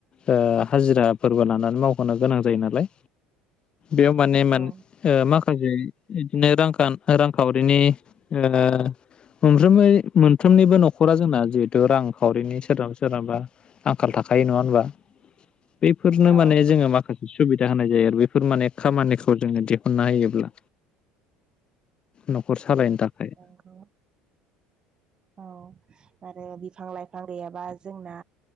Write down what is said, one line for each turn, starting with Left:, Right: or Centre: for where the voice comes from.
Left: ओ हाजिरा फोरबो लानानै मावफानो गोनां जायो नालाय बेयाव माने
Right: औ
Left: ओ माखासे इदिनो रां खान रांखावरिनि ओ मोनफ्रोमबो मोनफ्रोमनिबो न'खरा जोंना जिहेथु रांखावरिनि सोरनाबा सोरनाबा आंखाल थाखायो नङा होनबा बेफोरनो
Right: औ
Left: माने जोङो माखासे सुबिदा होनाय जायो आरो बेफोर माने खामानिखौ जोङो दिहुनना होयोब्ला न'खर सालायनो थाखाय
Right: आखौ औ आरो बिफां लाइफां गैयाबा जोंना